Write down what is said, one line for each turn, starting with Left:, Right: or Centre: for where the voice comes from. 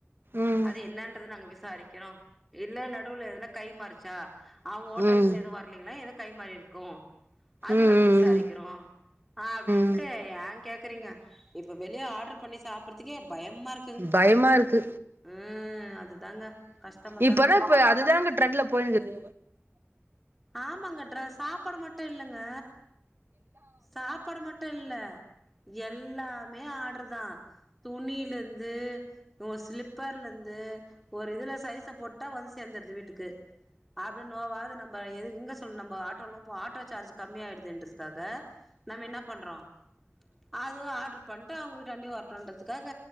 Right: ம்
Centre: அது என்னன்றது நாங்க விசாரிக்கிறோ இல்ல நடுவுல எதுனா கைமாருச்சா அவுங்க ஓட்டல்லந்து
Right: ம்
Centre: எதுவு வர்லீங்ளா எது கை மாறிருக்கு அது
Right: ம்
Centre: நாங்க விசாரிக்கிறோ
Right: ம்
Centre: அப்டின்ட்டு
Right: ம் ம்
Centre: ஏ கேக்குறீங்க இப்ப வெளிய ஆட்ரு பண்ணி சாப்புறதுக்கே பயமாரு
Right: பய்மாருக்கு
Centre: ம் அதுதாங்க கஷ்டமா
Right: இப்பல்லா
Centre: தாங்க இருக்குது
Right: இப்ப அதுதாங்க ட்ரெண்ட்ல போய்னுக்குது
Centre: ஆமாங்க ட்ர சாப்பாடு மட்டு இல்லங்க சாப்பாடு மட்டு இல்ல எல்லாமே ஆட்ருதா துணிலந்து ஒங்க ஸ்லிப்பர்லந்து ஒரு இதுல சைஸ போட்டா வந்து சேந்துருது வீட்டுக்கு அப்டி நோவாது நம்ப எது எங்க சொல் நம்ப ஆட்டோல்லா போ ஆட்டோ சார்ஜு கம்மியா ஆய்டுதேன்றதுக்காக நம்ம இன்னா பண்றோ அது ஆட்ரு பண்ட்டு அவுங்க வீட்டாண்டே வர்ட்டுன்றதுக்காக